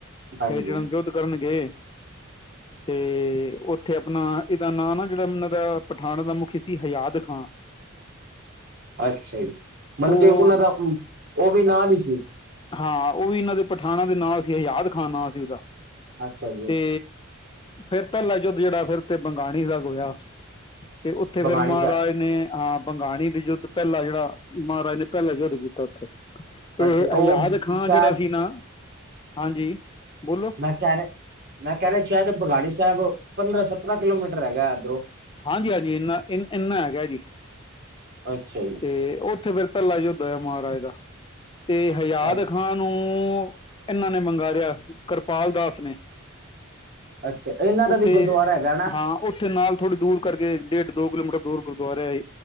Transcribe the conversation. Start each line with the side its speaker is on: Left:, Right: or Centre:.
Right: ਹਾਂਜੀ
Left: ਫੇਰ ਜਿਹੜਾ ਯੁੱਧ ਕਰਨ ਗਏ। ਤੇ ਉੱਥੇ ਆਪਣਾ ਇਹਦਾ ਨਾਂ ਨਾ ਜਿਹੜਾ ਉਹਨਾਂ ਦਾ ਪਠਾਨਣ ਦਾ ਮੁਖੀ ਸੀ, ਹਯਾਦ ਖਾਂ।
Right: ਅੱਛਾ ਜੀ, ਮਤਲਬ
Left: ਉਹ
Right: ਕੇ ਉਹਨਾਂ ਦਾ, ਉਹ ਵੀ ਨਾਲ ਈ ਸੀ।
Left: ਹਾਂ ਉਹ ਵੀ ਇਹਨਾਂ ਦੇ ਪਠਾਣਾਂ ਦੇ ਨਾਲ ਸੀ, ਹਜ਼ਾਦ ਖਾਨ ਨਾਂ ਸੀ ਉਹਦਾ।
Right: ਅੱਛਾ ਜੀ
Left: ਤੇ ਫੇਰ ਪਹਿਲਾ ਜੁਧ ਜਿਹੜਾ, ਫਿਰ ਉਥੇ ਬੰਗਾਣੀ ਦਾਗ ਹੋਇਆ। ਤੇ ਉੱਥੇ
Right: ਬਗਾਣੀ
Left: ਫਿਰ ਮਹਾਰਾਜ
Right: ਸਾਹਿਬ
Left: ਨੇ ਆ ਭੰਗਾਣੀ ਦੀ ਯੁੱਧ, ਪਹਿਲਾ ਜਿਹੜਾ ਮਹਾਰਾਜ ਨੇ ਪਹਿਲਾ ਯੁੱਧ ਕੀਤਾ ਉੱਥੇ। ਤੇ
Right: ਅੱਛਾ
Left: ਹਜ਼ਾਦ
Right: ਉਹ
Left: ਖਾਂ
Right: ਸ਼ਾਇਦ
Left: ਜਿਹੜਾ ਸੀ ਨਾ, ਹਾਂਜੀ ਬੋਲੋ।
Right: ਘਰ, ਮੈਂ ਕਹਿ ਰਿਹਾਂ ਚਾਹ ਤੇ ਬਗਾੜੀ ਸਾਹਿਬ, ਪੰਦਰਾਂ-ਸਤਰਾਂ ਕਿਲੋਮੀਟਰ ਹੈਗਾ, ਇਧਰੋਂ।
Left: ਹਾਂਜੀ-ਹਾਂਜੀ ਇੰਨਾ, ਇ ਇੰਨਾ ਹੈਗਾ ਜੀ।
Right: ਅੱਛਾ ਜੀ।
Left: ਤੇ ਉੱਥੇ ਫੇਰ ਪਹਿਲਾਂ ਯੁੱਧ ਹੋਇਆ ਮਹਾਰਾਜ ਦਾ ਤੇ ਹਯਾਦ
Right: ਅੱਛਾ
Left: ਖਾਂ ਨੂੰ ਇਹਨਾਂ ਨੇ ਮੰਗਾੜਿਆ, ਕਿਰਪਾਲ ਦਾਸ ਨੇ।
Right: ਅੱਛਾ ਇਹਨਾਂ ਦਾ
Left: ਉੱਥੇ
Right: ਵੀ ਗੁਰਦੁਆਰਾ ਹੈਗਾ ਨਾ
Left: ਹਾਂ, ਉੱਥੇ ਨਾਲ ਥੋੜ੍ਹੀ ਦੂਰ ਕਰਕੇ ਡੇਢ-ਦੋ ਕਿਲੋਮੀਟਰ ਦੂਰ ਗੁਰਦੁਆਰਾ ਏ,